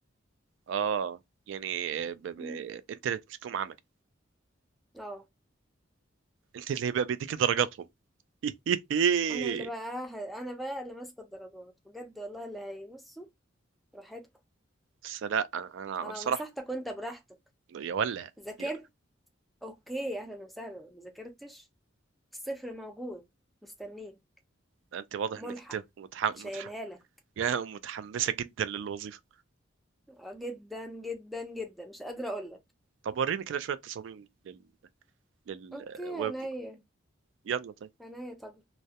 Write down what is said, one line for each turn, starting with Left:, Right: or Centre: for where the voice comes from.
Right: اه يعني آه، ب... ب...
Centre: مم.
Right: انت اللي تمسكهم عملي
Centre: اه
Right: انت اللي هيبقى بيديك درجاتهم <laughs>
Centre: انا اللي بقى ه... انا بقى اللي ماسكه الدرجات بجد والله اللي هيبصوا راحتكم
Right: بس لا انا انا
Centre: انا
Right: بصراحه
Centre: نصحتك وانت براحتك
Right: يا ولا
Centre: ذاكرت
Right: يا
Centre: اوكي اهلا وسهلا ما ذاكرتش الصفر موجود مستنيك
Right: انت واضح
Centre: ملحق
Right: انك انت متح... متح...
Centre: هشيلها لك
Right: <laughs> يا متحمسه جدا للوظيفه
Centre: آه، جدا جدا جدا مش قادره اقول لك
Right: طب وريني كده شويه تصاميم لل... للويب
Centre: اوكي عينيا
Right: يلا طيب
Centre: عينيا طب